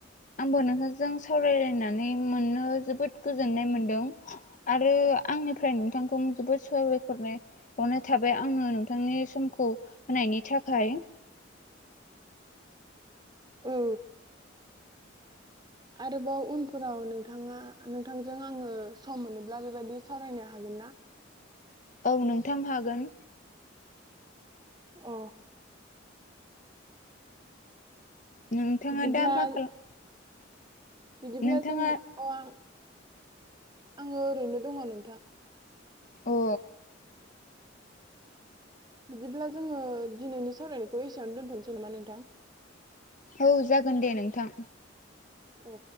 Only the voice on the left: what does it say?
आंबो नोंथांजों सावरायलायनानै मोननो जोबोद गोजोननाय मोनदों आरो आंनिफ्राय नोंथांखौ जोबोद सहाबायखर हरनाय थाबाय आङो नोंथांनि सम खौ होनायनि थाखाय
औ नोंथां हागोन
नोंथाङा
दा मा खालाम
नोंथाङा
औ
औ जागोन दे नोंथां